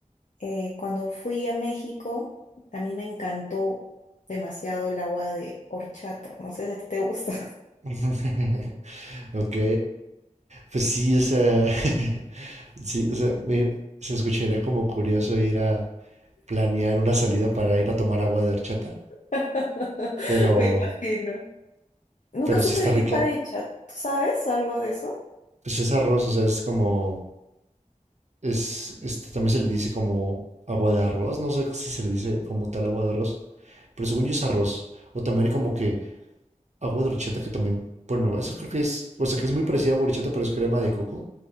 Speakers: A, on the left; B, on the right.
A: Eh, cuando fui a México, a mí me encantó demasiado el agua de horchata. No sé si a ti te gusta.
B: <laughs> Ok, pues sí, o sea, <laughs> sí, o sea, me- se escucharía como curioso ir a planear una salida para ir a tomar agua de horchata,
A: <laughs>
B: pero,
A: Me imagino. Nunca
B: pero
A: supe
B: sí está
A: de qué
B: rica.
A: está hecha. ¿Tú sabes algo de eso?
B: Pues es arroz, o sea, es como, es, este, también se le dice como agua de arroz, no sé si se le dice como tal agua de arroz, pero según yo es arroz, o también como que agua de horchata que también, bueno, eso creo que es, o sea, que es muy parecida a agua de horchata, pero es crema de coco,